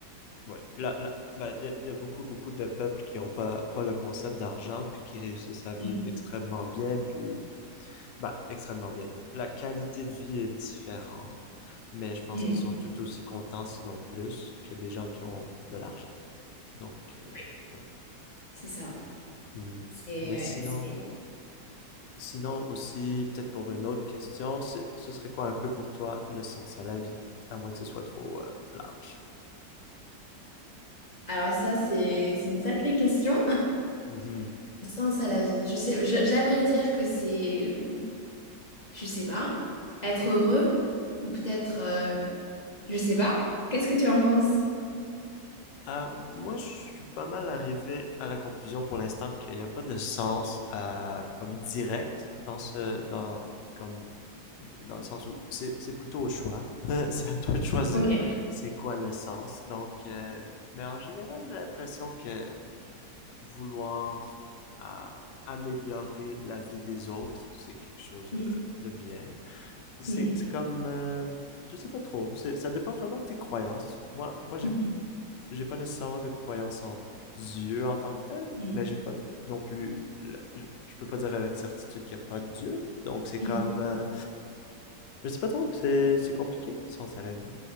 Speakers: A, on the left; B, on the left.
A: ouais, là, là, ben, il y, a- il y a beaucoup, beaucoup de peuples qui ont pas, pas le concept d'argent, puis qui réussissent à vivre
B: Mhm.
A: extrêmement bien, puis Bah, extrêmement bien. La qualité de vie est différente, mais je pense
B: Mhm.
A: qu'ils sont tout aussi contents, sinon plus, que des gens qui ont de l'argent. Donc, euh,
B: Oui,
A: ouais.
B: c'est ça.
A: Mm.
B: C'est
A: Mais
B: ouais,
A: sinon,
B: c'est-
A: sinon aussi, peut-être pour une autre question, ce, ce serait quoi un peu pour toi le sens à la vie? À moins que ce soit trop euh, large.
B: Alors ça, c'est c'est une sacrée question.
A: Mhm.
B: <laughs> Le sens à la vie. Je sais, je- j'aimerais dire que c'est, je sais pas, être heureux ou peut-être, euh, je sais pas. Qu'est-ce que tu en penses?
A: Euh, moi, je suis pas mal arrivé à la conclusion pour l'instant qu'il n'y a pas de sens euh, comme direct dans ce, dans, comme dans le sens où c'est c'est plutôt au choix. <laughs> c'est à toi de choisir
B: Ok.
A: c'est quoi le sens Donc, euh, mais en général, j'ai l'impression que vouloir euh, améliorer la vie des autres, c'est quelque chose
B: <laughs>
A: de, de bien. C'est
B: Mhm, mhm,
A: c'est comme, euh, je sais pas trop, c'est- ça dépend vraiment de tes croyances. Moi, moi j'ai
B: mhm,
A: j'ai pas nécessairement de croyance en Dieu en tant que tel,
B: mhm,
A: mais j'ai pas non plus. le- Je, je peux pas dire avec certitude qu'il y a pas de Dieu. Donc c'est comme.
B: mhm.
A: euh, je sais pas trop, c'est c'est compliqué, sens à la vie.